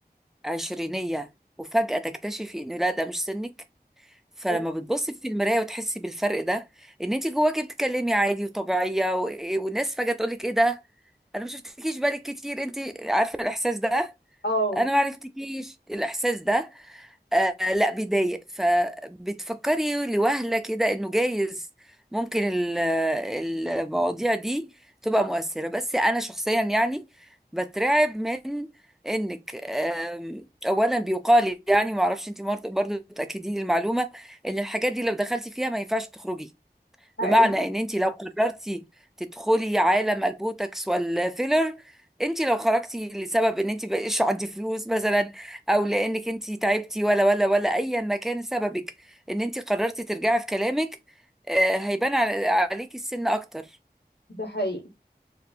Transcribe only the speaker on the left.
حلو
اه
حقيقي
ده حقيقي